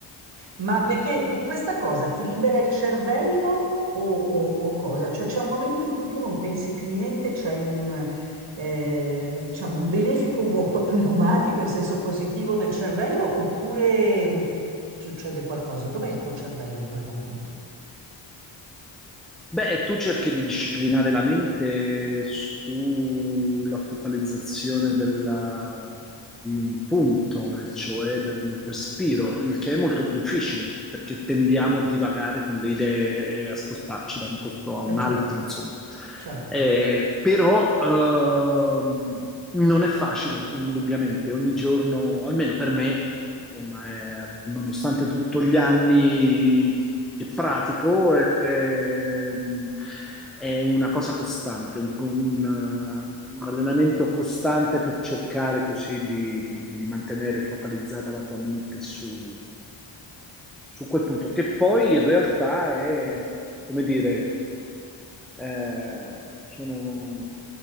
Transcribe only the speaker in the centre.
Beh, tu cerchi di disciplinare la mente sulla focalizzazione della- di un punto, e cioè del respiro, il che è molto difficile perché tendiamo a divagare con le idee e a spostarci da un posto a un
altro, insomma.
Eh, però ehm, non è facile, indubbiamente. Ogni giorno, almeno per me. Insomma, è- nonostante tutto gli anni che pratico, è, è- è una cosa costante, un, un- un allenamento costante per cercare così di, di- di mantenere focalizzata la tua mente su, su quel punto, che poi in realtà è, come dire, eh, sono